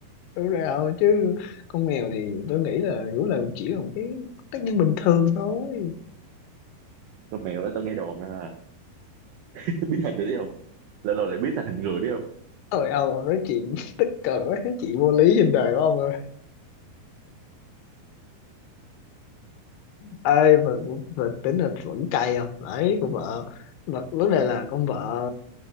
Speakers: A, on the left; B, on the right.
A: đúng rồi không chứ con mèo thì tôi nghĩ là cũng là chỉ là một cái tác nhân bình thường thôi
B: con mèo á tôi nghe đồn là <laughs> biến hình rồi đấy không lâu lâu lại biến thành hình người đấy không
A: Ôi ông, ông nói chuyện <laughs> tức cười quá nói chuyện vô lý trên đời của ông ơi ơi mà, mà tính là vẫn cay không đấy con vợ mà vấn đề là con vợ